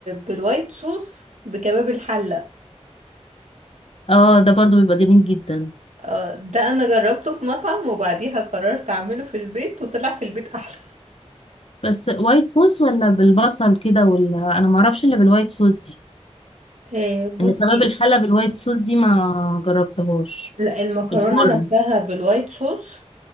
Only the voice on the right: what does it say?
بالوايت صوص بكباب الحلة
آه، ده انا جربته في مطعم وبعديها قررت اعمله في البيت وطلع في البيت احلى
<laughs> آه، بصي
لا المكرونة
نفسها بالوايت صوص